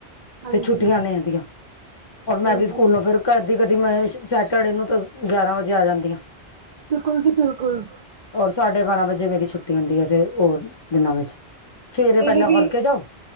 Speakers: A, on the right; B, on the left.
A: ਹਾਂਜੀ
B: ਤੇ ਛੁੱਟੀਆਂ ਨੇ ਏਹਦੀਆਂ ਔਰ
A: ਹਾਂਜੀ
B: ਮੈਂ ਵੀ ਸਕੂਲੋਂ ਫਿਰ ਕਦੀ-ਕਦੀ ਮੈਂ ਸੈਟਰਡੇ ਨੂੰ ਤਾਂ ਗਿਆਰਾਂ ਵਜੇ ਆ ਜਾਂਦੀ ਆ।
A: ਬਿਲਕੁਲ ਜੀ ਬਿਲਕੁਲ।
B: ਔਰ ਸਾਡੇ ਬਾਰਾਂ ਵਜੇ ਮੇਰੀ ਛੁੱਟੀ ਹੁੰਦੀ ਐ, ਫ਼ਿਰ ਔਰ ਦਿਨਾਂ ਵਿੱਚ। ਸਵੇਰੇ ਪਹਿਲਾਂ
A: ਮੇਰੀ ਵੀ
B: ਕਰਕੇ ਜਾਓ,